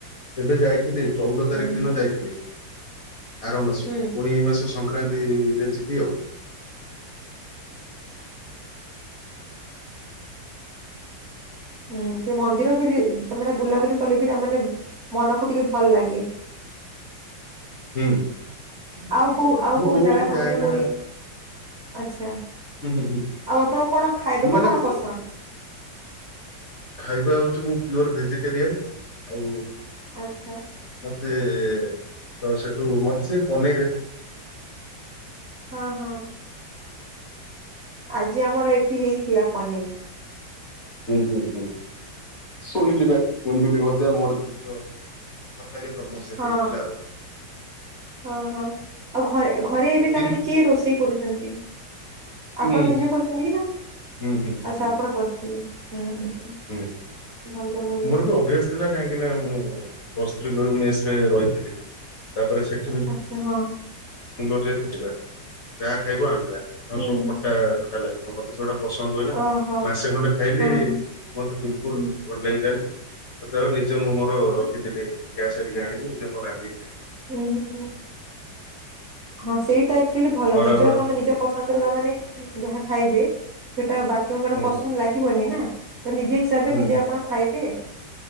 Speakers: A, on the left; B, on the right.
A: ଏବେ ଯାଇଥିଲି। ଚଉଦ ତାରିଖ
B: ହୁଁ
A: ଦିନ ଯାଇଥିଲି ଆର ମାସ
B: ହୁଁ
A: ପୁଣି ଏଇ ମାସ ସଂକ୍ରାନ୍ତିରେ ଯିବି ଆଉ।
B: ହୁଁ ସେ ମନ୍ଦିର ଫିରି ତାମାନେ ବୁଲାବୁଲି କଲେ ବି ତାମାନେ ମନକୁ ଟିକେ ଭଲ ଲାଗେ।
A: ହୁଁ।
B: ଆଉ କୋଉ ଆଉ
A: ମୁଁ
B: କୋଉ
A: କୋଉଠିକି
B: ଜାଗା ତାମାନେ
A: ଯାଏ ନା
B: କୋଇ ଆଚ୍ଛା। ଆଉ
A: ହୁଁ ହୁଁ ହୁଁ।
B: ଆପଣଙ୍କୁ କଣ ଖାଇବାକୁ
A: ମୁଁ ମାନେ
B: କଣ
A: କୋ
B: ପସନ୍ଦ?
A: ଖାଇବା ହୋଉଚି ମୁଁ ପିଓର ଭେଜିଟେରିଆନ ଆଉ
B: ଆଚ୍ଛା
A: ମତେ ତ ସେଠୁ ମତେ ସେ ପନିର
B: ହଁ ହଁ। ଆଜି ଆମର ଏଠି ହେଇଥିଲା ପନିର।
A: ହୁଁ ହୁଁ ହୁଁ ଶୁଣିଲି ପା କେମିତି ଗୋଟେ ଗଜା ମୋର ତ ଭଲ ଲାଗେ ତମର ସେଠି
B: ହଁ
A: ହେଇଥିଲା ଆଉ।
B: ହଁ ହଁ ଆଉ ଘରେ ଘରେ ଏବେ
A: ତିନ
B: ତାମାନେ କିଏ ରୋଷେଇ କରୁଛନ୍ତି। ଆପଣ
A: ମୁଁ
B: ନିଜେ କରୁଛନ୍ତି କି ନା
A: ହୁଁ ହୁଁ
B: ଆଚ୍ଛା
A: ହୁଁ
B: ଆପଣ କରୁଥୁଲେ। ହୁଁ ହୁଁ ହୁଁ।
A: ହୁଁ
B: ଭଲ ଭଲ
A: ମୋର ବି ଅଭ୍ୟାସ୍ ଥିଲା କାହିଁକି ନା ମୁଁ ପ୍ଲସ ଥ୍ରି ବେଳୁ ମେସରେ ରହିଥିଲି ତାପରେ ସେଠ
B: ଆଚ୍ଛା ହଁ।
A: ସୁନ୍ଦର ଯାଇଥିଲି ସେଇପା ଯାହା ଖାଇବ ଆମ୍ବିଳା ନହଲେ
B: ହୁଁ
A: ସବୁ ଖଟା
B: ହୁଁ
A: ଖଟା ଲାଗିଥିବ ମତେ ସେଗୁଡା ପସନ୍ଦ ହୁଏନା
B: ଓହୋ
A: ମାସେ ଖଣ୍ଡେ ଖାଇଲି
B: ହଁ ହଁ
A: ମତେ ବିଲକୁଲ ଭଲ ଲାଗିଲାନି। ତାପରେ ନିଜ ମୁଁ ମୋର ରଖିଥିଲି ଗ୍ୟାସ ହରିକା ଆଣିକି ନିଜେ ମୁଁ ରାନ୍ଧି ଖା
B: ହୁଁ ହୁଁ ହୁଁ ହଁ ସେଇଟା ଏକଚୋଲି ଭଲ
A: ଖରାବେଳେ
B: ନିଜ ତମେ ନିଜ ପସ୍ ସନ୍ଦରେ ଦବନି ଯାହା ଖାଇବେ ସେଇଟା ବାକିବଙ୍କର
A: ହୁଁ
B: ପସନ୍ଦ ଲାଗିବନି ନା ତ ନିଜେ ହିଁ ସେ ତେବେ
A: ହୁଁ
B: ନିଜେ ଆପଣ ଖାଇବେ।